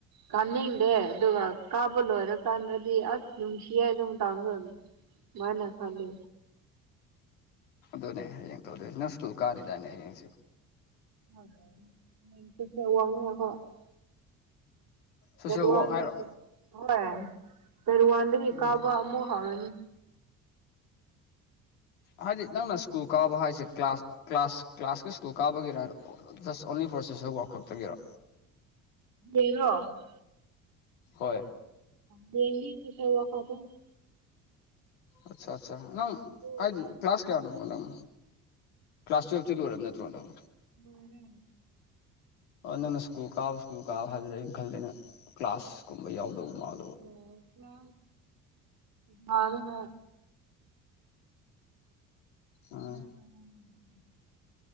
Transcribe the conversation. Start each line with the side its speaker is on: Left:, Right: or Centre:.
Right: ꯀꯥꯅꯤꯡꯗꯦ ꯑꯗꯨꯒ ꯀꯥꯕ ꯂꯣꯏꯔꯀꯥꯟꯗꯗꯤ ꯑꯁ ꯅꯨꯡꯁꯤꯌꯦ ꯑꯗꯨ ꯃꯇꯝꯗꯣ <unintelligible> ꯁꯨꯃꯥꯏꯅ ꯈꯜꯂꯤ
Left: ꯑꯗꯨꯅꯦ ꯍꯌꯦꯡ ꯇꯧꯗꯣꯏꯁꯤ ꯅꯪ ꯁ꯭ꯀꯨꯜ ꯀꯥꯅꯤꯗꯥꯏꯅꯦ ꯍꯌꯦꯡꯁꯦ
Right: <unintelligible>
Left: ꯁꯣꯁꯦꯜ
Right: ꯗꯦꯠ ꯋꯥꯟꯗꯒꯤ
Left: ꯋꯥꯔꯛ ꯍꯥꯏꯔꯣ
Right: ꯍꯣꯏ ꯗꯦꯠ ꯋꯥꯟꯗꯒꯤ ꯗꯩ
Left: ꯎꯝ
Right: ꯀꯥꯕ ꯑꯃꯨꯛ ꯍꯧꯔꯅꯤ
Left: ꯍꯥꯏꯗꯤ ꯅꯪꯅ ꯁ꯭ꯀꯨꯜ ꯀꯥꯕ ꯍꯥꯏꯁꯦ ꯀ꯭ꯂꯥꯁ ꯀ꯭ꯂꯥꯁ ꯀ꯭ꯂꯥꯁꯀꯤ ꯁ꯭ꯀꯨꯜ ꯀꯥꯕꯒꯤꯔ just only for social work ꯈꯛꯇꯒꯤꯔꯣ
Right: <unintelligible>
Left: ꯍꯣꯏ
Right: ꯍꯌꯦꯡꯗꯤ ꯁꯣꯁꯦꯜ ꯋꯥꯛ ꯈꯛꯇꯅꯤ
Left: ꯑꯠꯁꯥ ꯑꯠꯁꯥ ꯅꯪ
Right: ꯁ꯭ꯀꯨꯜꯗ
Left: ꯍꯥꯏꯗꯤ ꯀ꯭ꯂꯥꯁ
Right: ꯇꯧꯕꯅꯤ꯫
Left: ꯀꯌꯥꯅꯣꯕ ꯅꯪ ꯀ꯭ꯂꯥꯁ ꯇꯨꯌꯦꯜꯞꯇꯤ ꯂꯣꯏꯔꯕ ꯅꯠꯇ꯭ꯔꯣ ꯅꯪ
Right: ꯂꯣꯏꯔꯦ
Left: ꯑꯣ ꯅꯪꯅ ꯁ꯭ꯀꯨꯜ ꯀꯥꯕ ꯁ꯭ꯀꯨꯜ ꯀꯥꯕ ꯍꯥꯏꯕꯗꯨꯗ ꯑꯩꯅ ꯈꯜꯂꯤꯅ ꯀ꯭ꯂꯥꯁ ꯀꯨꯝꯕ ꯌꯥꯎꯗꯧꯕ ꯃꯥꯜ
Right: ꯑꯣ ꯀ꯭ꯂꯥꯁ ꯅꯥꯗ ꯅ <unintelligible>
Left: ꯎꯝ